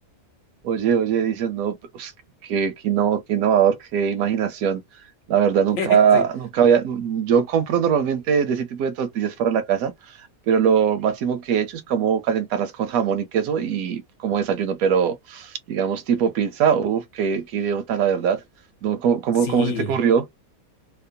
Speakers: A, on the right; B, on the left.
A: Oye, oye, dicen, no, pues, qué, qué inno- qué innovador, qué imaginación. La verdad, nunca,
B: <laughs> Sí,
A: nunca había, yo compro normalmente de ese tipo de tortillas para la casa, pero lo máximo que he hecho es como calentarlas con jamón y queso y como desayuno, pero digamos tipo pizza, uff, qué, qué idiota, la verdad. No, ¿cómo, cómo,
B: sí,
A: cómo se te ocurrió?